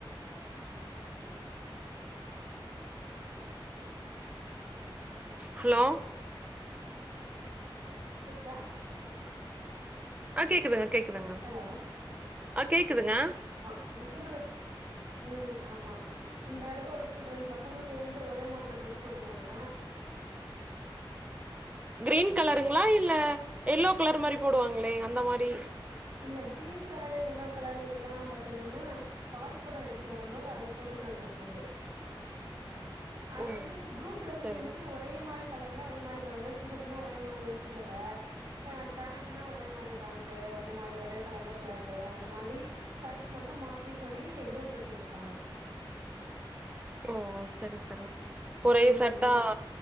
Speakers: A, on the right; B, on the right.
A: ஹலோ
B: ஆ கேக்குதா
A: ஆ கேக்குதுங்க கேக்குதுங்க
B: ஹலோ
A: ஆ கேக்குதுங்க
B: <inaudible> ம் ஆமா இங்க இருக்க ஒரு பத்து பதினஞ்சு பசங்க சேந்து ஒரே மாதிரியான ட்ரெஸ் போட்டுப்போங்க
A: க்ரீன் கலருங்ளா இல்ல எல்லோ கலர் மாரி போடுவாங்ளே அந்த மாரி
B: இல்ல க்ரீன் கலரு எல்லோ கலரு இதெல்லா பாத்தீங்கனா பால் கொட எடுத்துட்டு வரும்போது அது போட்டுக்கிற ட்ரெஸ் அது அது
A: ஓ
B: வந்து குரூப் டிரெஸ்ன்ட்றது
A: சரிங்
B: ஒரு ஒரே மாரி கலர்ல ஒர மாரி இப்ப வேஷ்டி சட்டனா ஒரே மாரி வேஷ்டி சட்ட ஆ பேண்ட்டுனா ஒரே மாரி பேண்ட்டு ஒர் ஒரே மாரி ஒரே கலர்ல ஷேர்ட்டு அந்த மாதிரி சைஸ் மட்டு மாத்தி சொல்லி குரூப் ட்ரெஸ் எடுத்துப்பானுங்க
A: ஓ செரி செரிங்க ஒரே
B: ஆ
A: செட்டா
B: அந்த மாரி